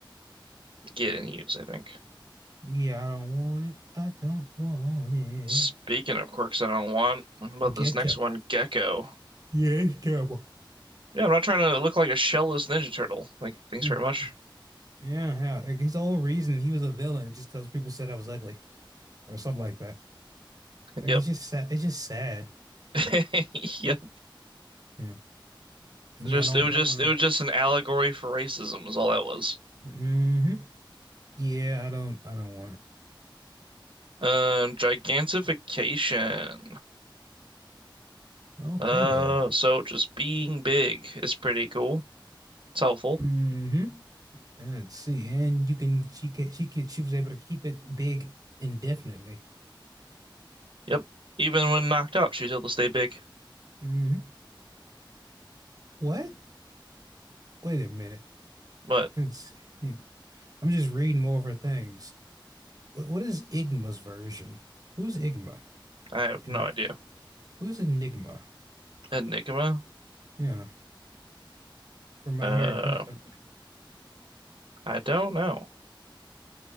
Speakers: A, on the right; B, on the right.
A: get and use, I think.
B: Yeah, I don't want it. I don't want it.
A: Speaking of quirks I don't want, what about
B: Gecko.
A: this next one, Gecko?
B: Yeah, it's terrible.
A: Yeah, I'm not trying to look like a shellless Ninja Turtle. Like, thanks
B: Mm,
A: very much.
B: Yeah, yeah. Like his whole reason he was a villain just because people said I was ugly or something like that. Like
A: Yep.
B: it's just sad. It's just sad.
A: <laughs> Yep.
B: Yeah. Yeah,
A: Just
B: I don't
A: it was
B: want
A: just it
B: it.
A: was just an allegory for racism is all that was.
B: hmm Yeah, I don't, I don't want it.
A: Um, gigantification.
B: Okay.
A: Uh, so just being big is pretty cool. It's helpful.
B: hmm Let's see. And you can she can she can she was able to keep it big indefinitely.
A: Yep. Even when knocked out, she's able to stay big.
B: hmm What? Wait a minute.
A: But
B: Let's see. I'm just reading more of her things. What what is Igma's version? Who's Igma?
A: I have
B: And
A: no idea.
B: who's Enigma?
A: Enigma?
B: Yeah. From my
A: Uh,
B: hearing. I was, I-
A: I don't know.